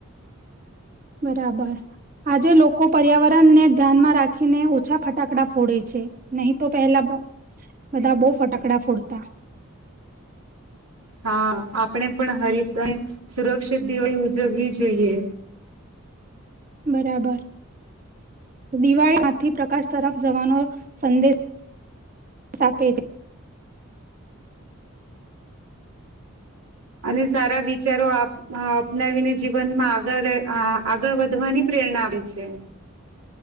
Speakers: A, on the right; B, on the right.
A: બરાબર. આજે લોકો પર્યાવર ણ ને ધ્યાનમાં રાખીને ઓછા ફટાકડા ફોડે છે, નહીં તો પહેલા બ બધા બઉ ફટાકડા ફોડતા.
B: હા આપણે પણ હરિતય સુરક્ષિત દિવાળી ઉજવવી જોઈએ.
A: બરાબર, દિવાળી કાથી પ્રકાશ તરફ જવાનો, સંદે સ આપે છે.
B: અને સારા વિચારો આપ અપનાવીને જીવનમાં આગળ આગળ વધવાની પ્રેરણા આવે છે.